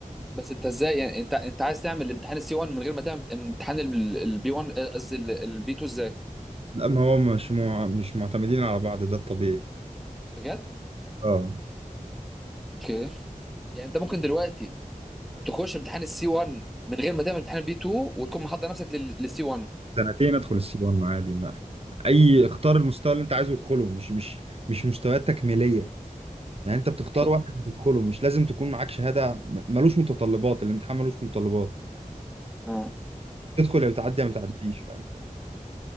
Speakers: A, in the centre; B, on the right.
A: بس انت ازاي يعني انت انت عايز تعمل الامتحان السي 1 من غير ما تعمل امتحان البي 1 قصدي البي 2 ازاي
B: لا ما هو مش مع... مش معتمدين على بعض ده الطبيعي
A: بجد
B: اه
A: اوكي يعني انت ممكن دلوقتي تخش امتحان السي 1 من غير ما تعمل امتحان البي 2 وتكون محضر نفسك للسي 1
B: سنتين ادخل السي 1 عادي ما اي اختار المستوى اللي انت عايزه تدخله مش مش مش مستويات تكميليه يعني انت بتختار
A: اوكي
B: واحد هتدخله مش لازم تكون معاك شهاده م- ملوش متطلبات الامتحان ملوش متطلبات
A: اه
B: تدخل يا بتعدي يا ما تعديش فاهم